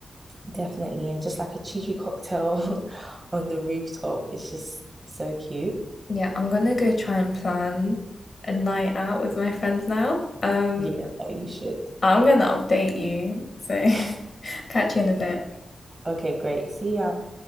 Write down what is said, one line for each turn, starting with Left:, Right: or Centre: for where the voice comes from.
Right: definitely. And just like a cheeky cocktail <laughs> on the rooftop is just so cute.
Left: Yeah, I'm gonna go try and plan a night out with my friends now. Um,
Right: Yeah, oh, you should.
Left: I'm gonna update you, so
Right: <laughs>
Left: <laughs> catch you in a bit.
Right: Okay, great. See ya.